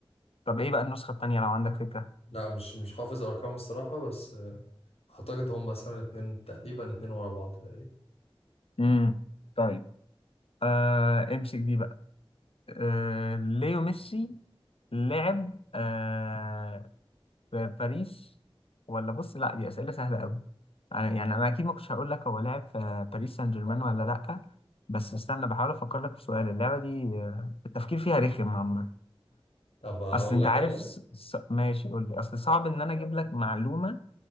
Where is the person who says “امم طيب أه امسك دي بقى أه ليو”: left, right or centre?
Left